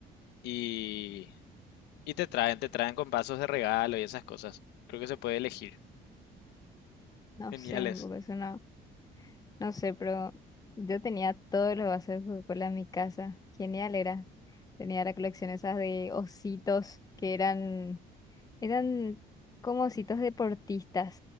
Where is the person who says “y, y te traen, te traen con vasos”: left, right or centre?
Left